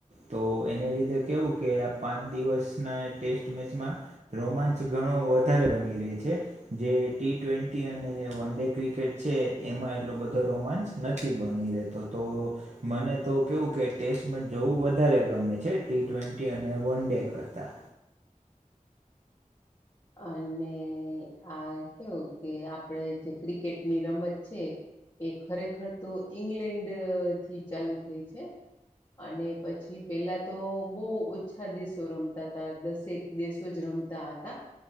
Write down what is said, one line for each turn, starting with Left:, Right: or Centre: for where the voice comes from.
Right: તો એને લીધે કેવું કે આ પાંચ દિવસના ટેસ્ટ મેચમાં રોમાંચ ઘણો વધારે બની રહે છે જે ટી ટ્વેન્ટી અને વન ડે ક્રિકેટ છે એમાં એટલો બધો રોમાંચ નથી બની રહેતો તો મને તો કેવું કે ટેસ્ટ મેચ જોવું વધારે ગમે છે ટી ટ્વેન્ટી અને વન ડે કરતા
Left: અને આ કેવું કે આપડે જે ક્રિકેટની રમત છે એ ખરેખર તો ઈંગ્લેન્ડ થી ચાલુ થઈ છે અને પછી પેલા તો બહુ ઓછા દિવસો રમતા હતા દસેક દેશો જ રમતા હતા